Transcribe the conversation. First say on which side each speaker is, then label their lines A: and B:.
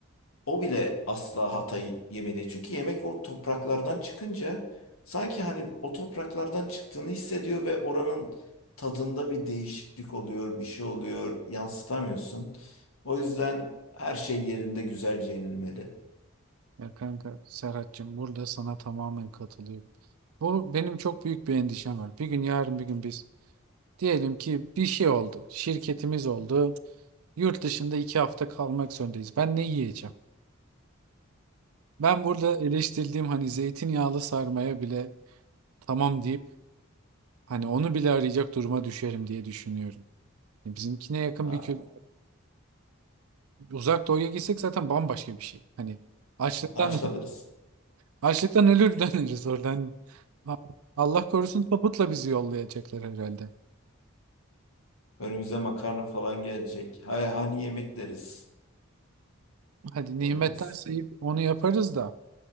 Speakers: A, on the left; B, on the right.
A: O bile asla hatayı yemedi. Çünkü yemek o topraklardan çıkınca sanki hani o topraklardan çıktığını hissediyor ve oranın tadında bir değişiklik oluyor, bir şey oluyor, yansıtamıyorsun. O yüzden her şey yerinde güzelce yenilmeli.
B: Ya kanka Serhat'cığım burada sana tamamen katılıyorum. Bu benim çok büyük bir endişem var. Bir gün yarın bir gün biz diyelim ki bir şey oldu. Şirketimiz oldu. Yurt dışında iki hafta kalmak zorundayız. Ben ne yiyeceğim? Ben burada eleştirdiğim hani zeytinyağlı sarmaya bile tamam deyip hani onu bile arayacak duruma düşerim diye düşünüyorum. Yani Bizimkine yakın
A: Ha,
B: bir kül uzak doğuya gitsek zaten bambaşka bir şey. Hani açlıktan
A: aç kalırız.
B: <laughs> açlıktan ölür döneriz oradan. Ha- Allah korusun tabutla bizi yollayacaklar herhalde.
A: Önümüze makarna falan gelecek. Hay hani yemek deriz.
B: Hadi nimetten
A: Olmaz.
B: sayıp onu yaparız da